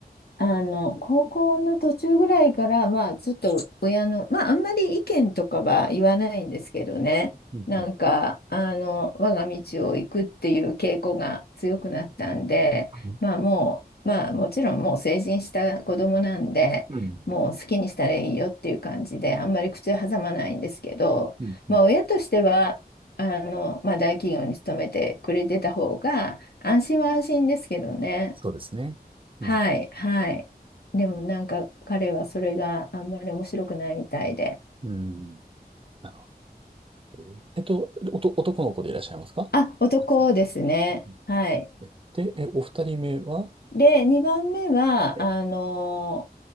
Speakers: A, on the left; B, on the right.
A: あの、高校の途中ぐらいから、まあ、ちょっと親の、まあ、あんまり意見とかは言わないんですけどね、
B: うん、
A: なんか、
B: うん、
A: あの、我が道を行くっていう傾向が強くなったんで、
B: はい
A: まあ、もう、まあ、もちろんもう成人した子供なんで、
B: うん、
A: もう好きにしたらいいよっていう感じで、あんまり口を挟まないんですけど、
B: うん、うん。
A: まあ、親としては、あの、まあ、大企業に勤めてくれてた方が、安心は安心ですけどね。
B: そうですね。うん、
A: はい、はい。でもなんか彼はそれがあんまり面白くないみたいで。
B: うん。なるほど。えっと、おと、男の子でいらっしゃいますか男性
A: あ、男ですね。
B: うん
A: はい。
B: えで、え、お二人目は
A: で、2番目は、
B: え、
A: あの、